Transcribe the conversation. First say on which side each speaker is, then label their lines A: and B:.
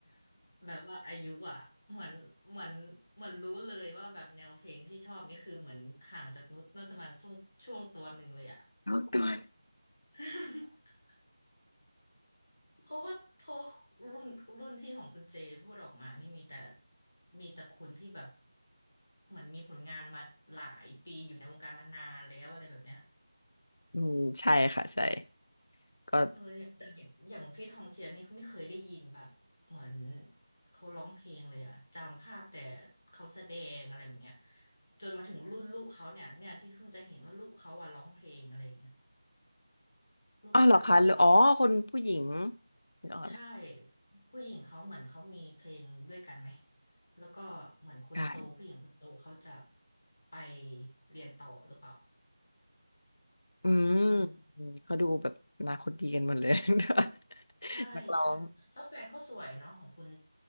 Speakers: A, on the left; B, on the left.
A: แบบว่าอายุอ่ะเหมือนเหมือนเหมือนรู้เลยว่าแบบแนวเพลงที่ชอบนี่คือเหมือนห่างจากนุชน่าจะประมาณช่วงช่วงตัวหนึ่งเลยอ่ะ
B: <laughs> น้องตัว <laughs> น
A: <laughs> เพราะว่าเพราะว่ารุ่นรุ่นที่ของคุณเจพูดออกมานี่มีแต่มีแต่คนที่แบบเหมือนมีผลงานมาหลายปีอยู่ในวงการมานานแล้วอะไรแบบเนี้ย
B: อืมใช่ค่ะใช่ก็
A: เอออย่างแต่อย่างอย่างพี่ทองเจียนี่เขาไม่เคยได้ยินแบบเหมือนเขาร้องเพลงเลยอะจำภาพแต่เขาแสดงอะไรแบบเนี้ยจนมาถึงรุ่นลูกเขาเนี่ยเนี่ยที่เพิ่งจะเห็นว่าลูกเขาอะร้องเพลงอะไรอย่างเงี้ยลูกสาวเขาอะ
B: อ๋อเหรอคะหรืออ๋อคนผู้หญิงหรือ๋ออะไร
A: ใช่ผู้หญิงเขาเหมือนเขามีเพลงด้วยกันไหมแล้วก็เหมือนคนโตผู้หญิงคนโตเขาจะ
B: ใช่
A: ไปเรียนต่อหรือเปล่า
B: อืม
A: อืม
B: อืมเขาดูแบบอนาคตดีกันหมดเลย <laughs>
A: ใช่ใช่แล้วแฟนเขาสวยเนาะของคุณ
B: นักร้อง